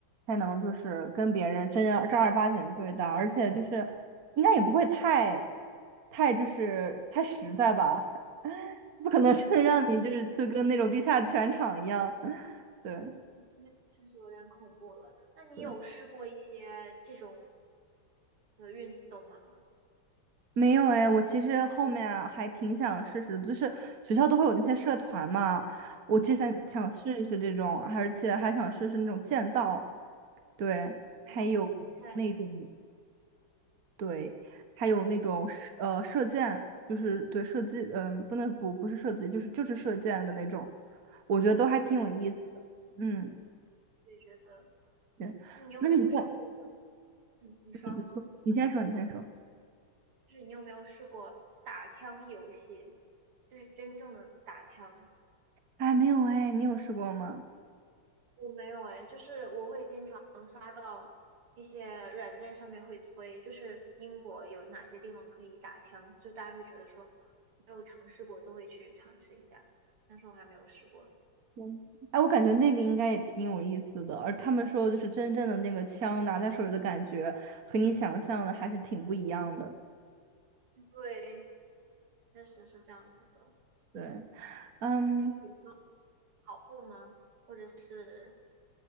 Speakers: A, on the right; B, on the right.
A: 才能就是跟别人真正正儿八经对待，而且就是应该也不会太太就是太实在吧，<laughs> 不可能真的让你就是就跟那种地下拳场一样。
B: 你肯定，
A: <laughs> 对
B: 嗯，现在确实有点恐怖了。那你有试过一些这种
A: 对，
B: 的运动吗？
A: 没有哎，我其实后面啊还挺想试试，就是学校都会有那些社团嘛，我之前想试一试这种，
B: 嗯，
A: 而且还想试试那种剑道，对，
B: 啊，
A: 还有那种。
B: 在，
A: 对，还有那种射呃射箭，就是对射击，嗯、不能不不是射击，就是就是射箭的那种，我觉得都还挺有意思的。
B: 嗯，
A: 嗯，
B: 也觉得
A: 对。
B: 你有没有试过？
A: 那你在，
B: 嗯，你说，
A: 嗯，你说你先说，你先说。
B: 就是你有没有试过打枪游戏，就是真正的打枪？
A: 哎，没有哎，你有试过吗？
B: 我没有哎，就是我会经常刷到一些软件上面会推，就是英国有哪些地方可以打枪，就大家会觉得说没有尝试过都会去尝试一下，但是我还没有试过。
A: 嗯，哎，我感觉那个应该也挺有意思的，而他们说的就是真正的那个枪拿在手里的感觉，和你想象的还是挺不一样的。
B: 对，确实是这样子的。
A: 对，嗯，
B: 你喜欢跑步吗？或者是